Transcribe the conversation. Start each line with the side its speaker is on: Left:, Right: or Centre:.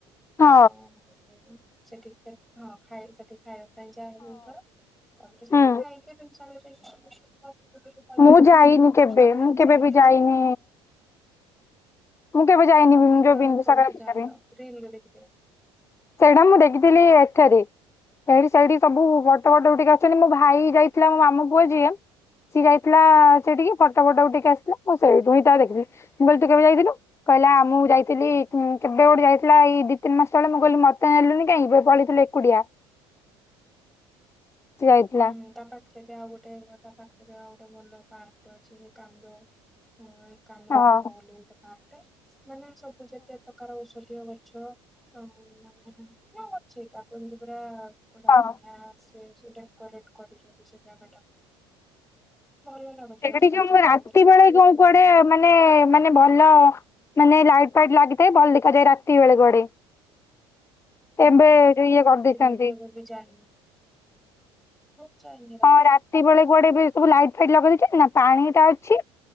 Left: ହଁ
Centre: ତ ସେଠିକ ହଁ ଖାଏ ସେଠି ଖାଇବାକୁ <unintelligible> ତାପରେ ସେଠି
Left: ହୁଁ
Centre: ଖାଇକି <unintelligible> କଳେଇ ଆସିଥାଏ
Left: ମୁଁ ଯାଇନି କେବେ
Centre: <unintelligible>
Left: ମୁଁ
Centre: ହି
Left: କେବେ
Centre: ଯାଇକି
Left: ବି ଯାଇନି ମୁଁ କେବେ ଯାଇନି
Centre: ଆଉ ତମେ ଏଗୁଡାକ
Left: ଯଉ ବିନ୍ଦୁ
Centre: କୋଉଠି
Left: ସାଗର ପୁଷ୍କରି।
Centre: ଜାଣିଲ ରିଲରେ ଦେଖିଥିଲ।
Left: ସେଇଟା ମୁଁ ଦେଖିଥିଲି ଏଥେରେ ସେଇଠି ସେଇଠି ସବୁ ବଟ ଫଟ ଟିକେ ଅଛନ୍ତି ମୋ ଭାଇ ଯାଇଥିଲା ମୋ ମାମୁ ପୁଅ ଯିଏ ସିଏ ଯାଇଥିଲା ସେଠିକି ଫଟ ଫଟ ଉଠେଇକି ଆସିଥିଲା ମୁଁ ସେହିଁ ଠୁ ତା ଦେଖଥିଲିଁ ବୋଲି ତୁ କେବେ ଯାଇଥିଲୁ? କହିଲା ଆ ମୁଁ ଯାଇଥିଲି କେବେ ଗୋଟେ ଯାଇଥିଲା ଏଇ ଦି ତିନି ମାସ ତଳେ ମୁଁ କହିଲି ମତେ ନେଲୁଣିି କାହିଁ ପଳେଇଥିଲୁ ଓଡ଼ିଆ। ଯାଇଥିଲା
Centre: ହୁଁ ତମ ପାଖେ ଏବେ ଆଉ ଗୋଟେ ତା ପାଖରେ ବି ଆଉ ଗୋଟେ ଭଲ ପାର୍କ ଅଛି କାନ୍ଦ ଉଁ କାନ୍ଦ୍ରଭନ
Left: ହଁ
Centre: ବୋଲି ଗୋଟେ ପାର୍କଟେ ମାନେ ସବୁ ଯେତେ ପ୍ରକାର ଔଷଧୀୟ ଗଛ ଆଉ ମାନେ ନା ଅଛି ତାକୁ ଏମତି ପରା <unintelligible>
Left: ହଁ।
Centre: ନା ସେ ଯୋଉ ଡେକୋରେଟ୍ କରୁଛନ୍ତି ସେ ଜାଗାଟା ଭଲ ଲାଗୁଛି
Left: ସେଟା
Centre: କେତେ
Left: ଟିକେ
Centre: ପାଞ୍ଚ
Left: <unintelligible> ଯେ
Centre: ଟଙ୍କା
Left: ରାତି
Centre: ଦେଲେ
Left: ବେଳେ
Centre: ସେ ଭିତରୁ
Left: ଯୋଉ କୁଆଡେ ମାନେ ମାନେ ମାନେ ଭଲ ମାନେ ଲାଇଟ ଫାଇଟ ଲାଗିଥାଏ ଭଲ ଦେଖାଯାଏ ରାତି ବେଳେ କୁଆଡେ। ଏବେ
Centre: ହଁ କିନ୍ତୁ
Left: ଯଉ ଇଏ
Centre: ମୁଁ
Left: କରିଦେଇଛନ୍ତି।
Centre: ରାତି ବେଳେ କେବେ ବି ଯାଇନି। ମୁଁ ଚାଇନି।
Left: ହଁ ରାତି ବେଳେ କୁଆଡେ ଏବେ ସବୁ ଲାଇଟ୍ ଫାଇଟ୍ ଲଗେଇ ଦେଇଛନ୍ତି ନା ପାଣି ଟା ଅଛି।